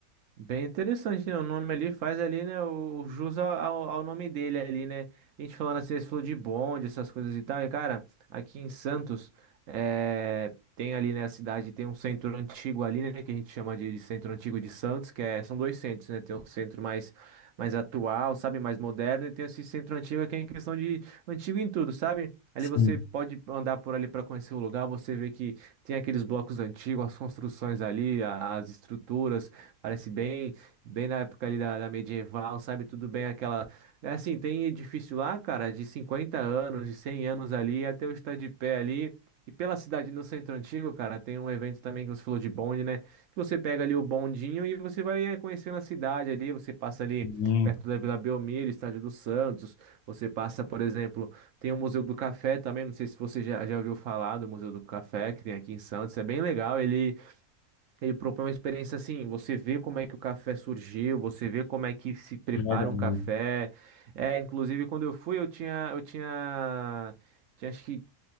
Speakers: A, on the right; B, on the left.
A: Bem interessante, né? O nome ali faz ali, né? O jus ao, ao nome dele ali, né? A gente falando assim, esse falou de bonde, essas coisas e tal. E, cara, aqui em Santos, é, tem ali, né? A cidade tem um centro antigo ali, né? Que a gente chama de centro antigo de Santos, que é, são dois centros, né? Tem um centro mais, mais atual, sabe? Mais moderno. E tem esse centro antigo que é em questão de antigo em tudo, sabe? Ali
B: Sim,
A: você pode andar por ali para conhecer o lugar, você vê que tem aqueles blocos antigos, as construções ali, a- as estruturas. Parece bem, bem na época ali da, da medieval, sabe? Tudo bem aquela. É assim, tem edifício lá, cara, de 50 anos, de 100 anos ali, até o estar de pé ali. E pela cidade no centro antigo, cara, tem um evento também que você falou de bonde, né? Que você pega ali o bondinho e você vai eh, conhecendo a cidade ali. Você passa ali
B: sim,
A: perto da Vila Belmiro, Estádio dos Santos. Você passa, por exemplo, tem o Museu do Café também. Não sei se você já, já ouviu falar do Museu do Café, que tem aqui em Santos. É bem legal. Ele ele propõe uma experiência assim, você vê como é que o café surgiu, você vê como é que se prepara
B: legal.
A: um café. É, inclusive quando eu fui, eu tinha, eu tinha, tinha acho que,